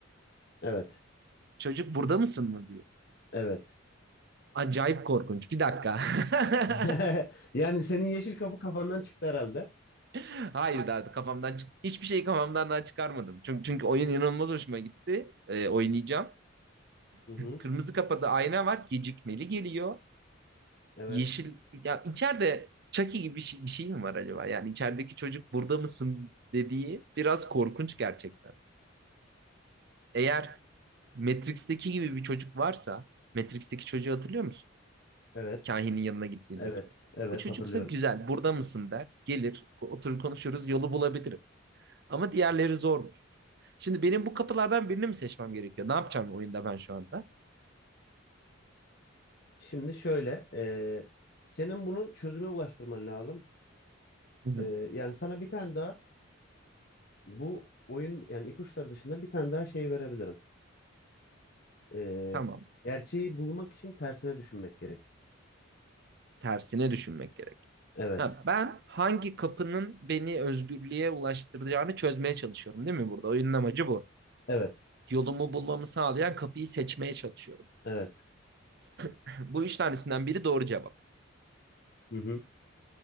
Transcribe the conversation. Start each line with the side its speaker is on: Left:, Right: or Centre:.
Left: Evet.
Right: Çocuk burada mısın mı diyor.
Left: Evet.
Right: Acayip korkunç. Bir dakika. <laughs>
Left: <laughs> Yani senin yeşil kapı kafandan çıktı herhalde.
Right: <laughs> Hayır daha kafamdan çık hiçbir şeyi kafamdan daha çıkarmadım. Çünkü, çünkü oyun inanılmaz hoşuma gitti. Ee, oynayacağım.
Left: Hı hı.
Right: Kırmızı kapıda ayna var. Gecikmeli geliyor.
Left: Evet.
Right: Yeşil ya içeride Chucky gibi bir şey, bir şey mi var acaba? Yani içerideki çocuk burada mısın dediği biraz korkunç gerçekten. Eğer Matrix'teki gibi bir çocuk varsa Matrix'teki çocuğu hatırlıyor musun?
Left: Evet.
Right: Kahinin yanına gittiğindeki.
Left: Evet.
Right: Mesela
Left: Evet
Right: o çocuksa
Left: hatırlıyorum.
Right: güzel burada mısın der. Gelir oturur konuşuruz yolu bulabilirim. Ama diğerleri zormuş. Şimdi benim bu kapılardan birini mi seçmem gerekiyor? Ne yapacağım oyunda ben şu anda?
Left: Şimdi şöyle, eee, senin bunu çözüme ulaştırman lazım.
Right: <laughs>
Left: Eee, yani sana bir tane daha bu oyun yani ipuçları dışında bir tane daha şey verebilirim. Ee,
Right: Tamam.
Left: gerçeği bulmak için tersine düşünmek gerek.
Right: Tersine düşünmek gerek.
Left: Evet.
Right: Ha, ben hangi kapının beni özgürlüğe ulaştıracağını çözmeye çalışıyorum değil mi burada? Oyunun amacı bu.
Left: Evet.
Right: Yolumu bulmamı sağlayan kapıyı seçmeye çalışıyorum.
Left: Evet.
Right: <laughs> Bu üç tanesinden biri doğru cevap.
Left: Hı hı.